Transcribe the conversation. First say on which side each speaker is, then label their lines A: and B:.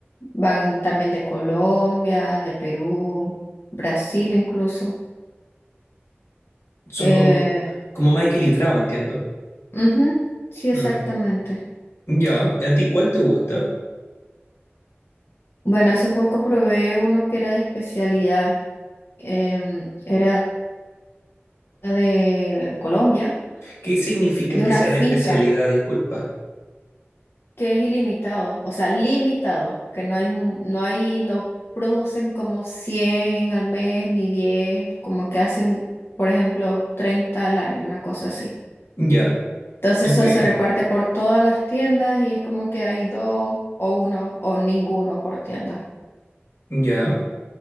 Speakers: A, on the left; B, on the left.
A: van también de Colombia, de Perú, Brasil incluso.
B: Son
A: Eh,
B: com- como más equilibrado, entiendo.
A: ujú, sí, exactamente.
B: Mm, ya. ¿A ti cuál te gusta?
A: Bueno, hace poco probé uno que era de especialidad. em, era de Colombia,
B: ¿Qué significa
A: de
B: que
A: una
B: sea
A: finca
B: de especialidad? Disculpa.
A: que es ilimitado, o sea, limitado, que no hay, mu- no hay, no producen como 100 al mes ni 10, como que hacen, por ejemplo, 30 al año, una cosa así.
B: Ya,
A: Entonces
B: ok.
A: eso se reparte por todas las tiendas y es como que hay dos o uno o ninguno por tienda.
B: Ya,